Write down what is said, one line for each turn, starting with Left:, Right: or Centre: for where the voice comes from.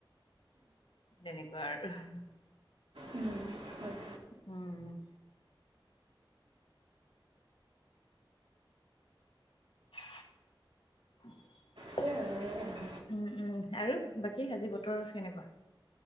Left: তেনেকুৱা আৰু। উম।
Right: উম হয়।
Left: উম। অ। <inaudible>
Right: সেইয়াই আৰু এই আৰু
Left: উম উম। আৰু বাকী আজি বতৰ কেনেকুৱা?